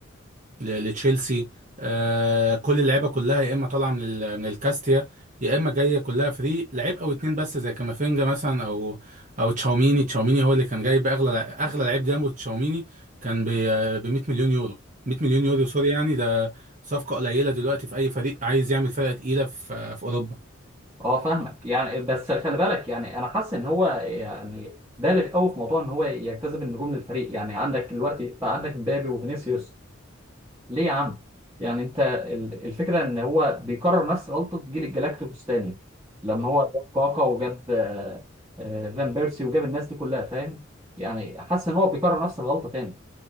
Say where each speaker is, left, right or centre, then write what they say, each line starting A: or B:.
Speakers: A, on the right; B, on the right.
A: ل- لتشيلسي آه كل اللعيبه كلها يا اما طالعه من ال- من الكاستيا يا اما جايه كلها فري لعيب او اتنين بس زي كامافينجا مثلا او او تشاوميني تشاوميني هو اللي كان جايب اغلى اغلى لعيب جنبه تشاوميني كان ب ب 100 مليون يورو 100 مليون يورو سوري يعني ده صفقه قليله دلوقتي في اي فريق عايز يعمل فرقه تقيله في في اوروبا
B: اه فاهمك يعني بس خلي بالك يعني انا حاسس ان هو يعني بالغ قوي في موضوع ان هو يجتذب النجوم للفريق يعني عندك دلوقتي بقى عندك مبابي وفينيسيوس ليه يا عم؟ يعني انت ال- الفكره ان هو بيكرر نفس غلطه جيل الجلاكتيكوس تاني لما هو جاب كاكا وجاب آه، آه، فان بيرسي وجاب الناس دي كلها فاهم؟ يعني حاسس ان هو بيكرر نفس الغلطه تاني